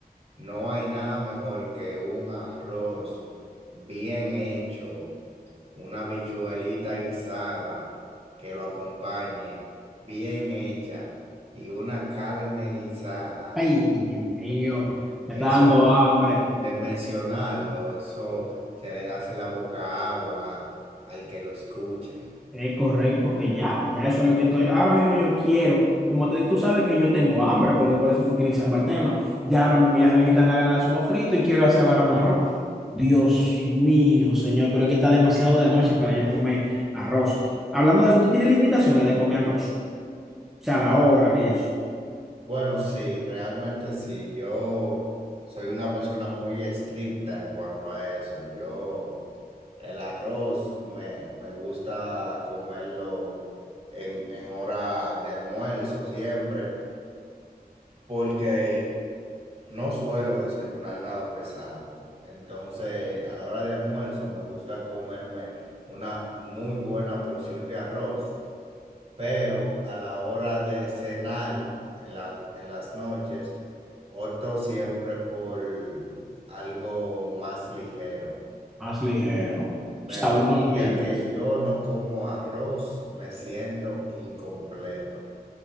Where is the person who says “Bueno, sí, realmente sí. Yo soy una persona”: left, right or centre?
Right